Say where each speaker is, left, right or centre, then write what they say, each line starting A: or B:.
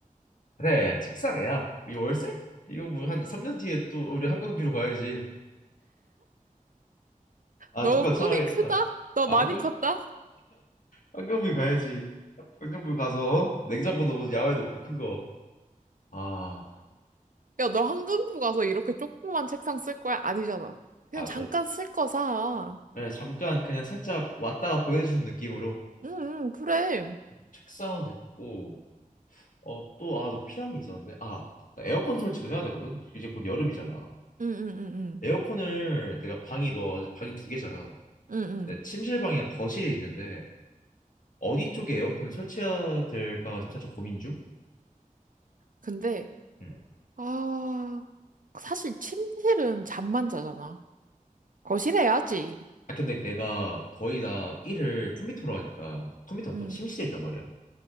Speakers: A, on the left; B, on the right.
A: 그래 야 책상 야 이 월세? 이거 뭐 한 3년 뒤에 또 우리 한강뷰로 가야지 아
B: 너
A: 좀만 참아야겠다
B: 꿈이 크다? 너
A: 아
B: 많이
A: 한강
B: 컸다?
A: 한강뷰 가야지 한강뷰 가서 어? 냉장고 넣 야외 놓고 큰 거 아
B: 야, 너 한강뷰 가서 이렇게 조그만 책상 쓸 거야? 아니잖아. 그냥
A: 아
B: 잠깐
A: 절
B: 쓸 거 사.
A: 그 잠깐 그냥 살짝 왔다가 보내주는 느낌으로
B: 응, 응, 그래. 응,
A: 책상은 됐고 어 또 아 너 필요한 게 있었는데 아나 에어컨 설치도 해야 되거든 이제 곧 여름이잖아
B: 응, 응, 응.
A: 에어컨을 내가 방이 너 방이 두 개잖아.
B: 응, 응.
A: 내 침실방이랑 거실이 있는데 어디 쪽에 에어컨을 설치해야 될까가 지금 살짝 고민 중.
B: 근데,
A: 음.
B: 아, 사실 침실은 잠만 자잖아. 거실에 해야지.
A: 아 근데 내가 거의 다 일을 컴퓨터로 하니까 컴퓨터가
B: 응.
A: 또 침실에 있단 말이야.